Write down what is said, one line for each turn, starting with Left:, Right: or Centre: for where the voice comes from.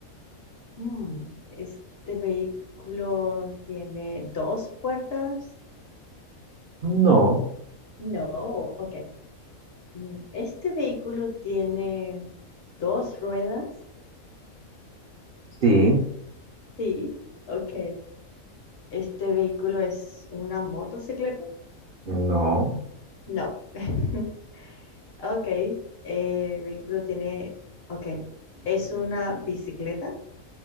Left: Mm, ¿este vehículo tiene dos puertas?
Right: No,
Left: No, ok. Mm, ¿este vehículo tiene dos ruedas?
Right: sí,
Left: Sí, ok. ¿Este vehículo es una motocicleta?
Right: no,
Left: No. <laughs> Ok. eh, el vehículo tiene... Ok. ¿Es una bicicleta?